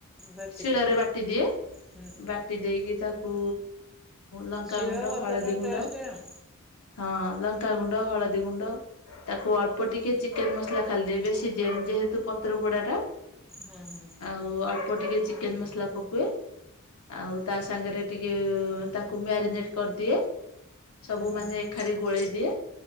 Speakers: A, in the centre; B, on the left (about 90°).
A: ବାଟି
B: ଶିଳରେ
A: ଦିଅ
B: ବାଟି ଦିଏ
A: ହୁଁ
B: ବାଟି ଦେଇକି ତାକୁ ଲଙ୍କାଗୁଣ୍ଡ
A: ଶିଳ ବତାଟା
B: ହଳଦୀ ଗୁଣ୍ଡ
A: ଟେଷ୍ଟ ଆଉ
B: ହଁ ଲଙ୍କାଗୁଣ୍ଡ ହଳଦୀ ଗୁଣ୍ଡ ତାକୁ ଅଳ୍ପ ଟିକେ ଚିକେନ ମସଲା ଖାଲି ଦିଏ ବେଶି ଦିଏନି ଯେହେତୁ ପତ୍ର ପୋଡା ଟା
A: ହଁ ହଁ।
B: ଆଉ ଅଳ୍ପ ଟିକେ ଚିକେନ୍ ମସଲା ପକାଏ ଆଉ ତା ସାଙ୍ଗରେ ଟିକେ ତାକୁ ମ୍ୟାରିନେଟ କରିଦିଏ, ସବୁ ମାନେ
A: ହଁ
B: ଅଖାରେ ଗୋଳେଇ ଦିଏ